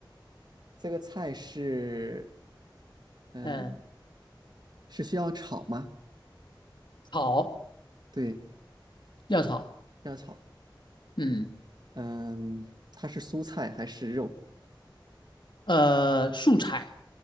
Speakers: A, on the right; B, on the left.
A: 这个菜是，嗯、
B: 嗯、
A: 是需要炒吗？
B: 炒
A: 对，
B: 要炒，
A: 要炒。
B: 嗯，
A: 嗯、它是蔬菜还是肉？
B: 呃，素菜，